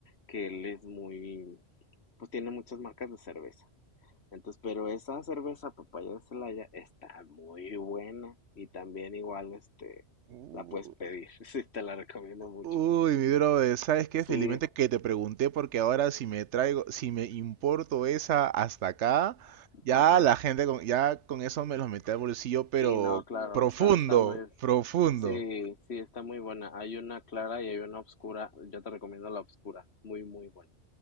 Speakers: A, on the left (about 65°); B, on the right (about 85°).
A: que él es muy, pues tiene muchas marcas de cerveza. Entonces, pero esa cerveza papaya de Celaya está muy buena y también igual este
B: Uh,
A: la puedes pedir, <laughs> sí, te la recomiendo mucho.
B: Uy, mi brother, ¿sabes qué? Felizmente
A: Sí,
B: que te pregunté porque ahora si me traigo, si me importo esa hasta acá, ya
A: ajá.
B: la gente con, ya con eso me los metí al bolsillo, pero
A: Sí, no, Ok. claro,
B: profundo,
A: está, está muy,
B: profundo.
A: sí, sí, está muy buena. Hay una clara y hay una oscura. Yo te recomiendo la oscura, es muy, muy buena.